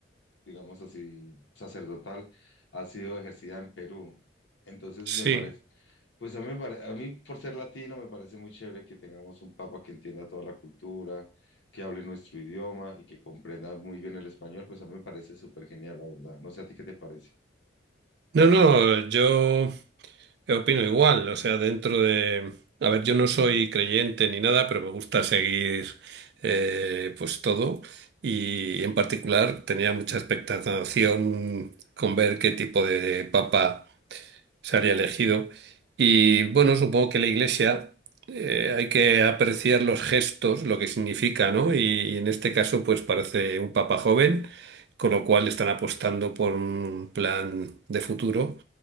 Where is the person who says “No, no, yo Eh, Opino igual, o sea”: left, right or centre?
Right